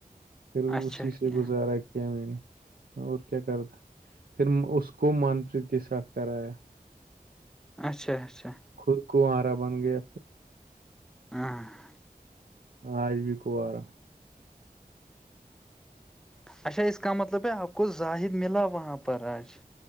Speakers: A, on the right; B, in the centre.
A: پھر
B: اچھا
A: اسی سے
B: کیا
A: گزارا کیا میں نے اور کیا کرتا پھر اس کو من پریت کے ساتھ کرایا
B: اچھا اچھا
A: خود کوآرا بن گیا پھر
B: ہاں <inaudible>
A: آج بھی کنوارہ ہوں
B: اچھا اس کا مطلب ہے آپ کو زاہد ملا وہاں پر آج